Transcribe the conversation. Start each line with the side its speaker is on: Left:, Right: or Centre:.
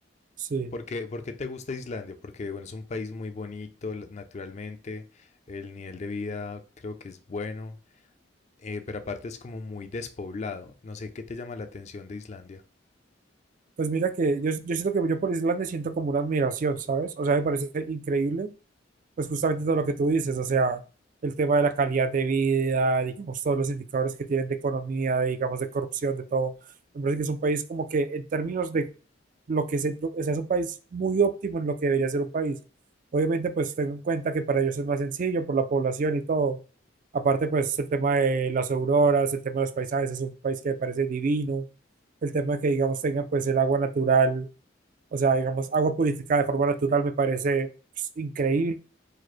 Right: Sí.
Left: ¿Por qué, por qué te gusta Islandia? Porque bueno, es un país muy bonito la- naturalmente, el nivel de vida creo que es bueno, eh, pero aparte es como muy despoblado. No sé qué te llama la atención de Islandia.
Right: Pues mira que yo, yo siento que yo por Islandia siento como una admiración, ¿sabes? O sea, me parece increíble, pues justamente todo lo que tú dices, o sea, el tema de la calidad de vida, digamos, todos los indicadores que tienen de economía, de, digamos, de corrupción, de todo. Me parece que es un país como que en términos de lo que es, el- lo- o sea, es un país muy óptimo en lo que debería ser un país. Obviamente, pues tengo en cuenta que para ellos es más sencillo por la población y todo. Aparte, pues el tema de las auroras, el tema de los paisajes, es un país que me parece divino. El tema de que, digamos, tenga pues el agua natural, o sea, digamos, agua purificada de forma natural me parece pues, increíble.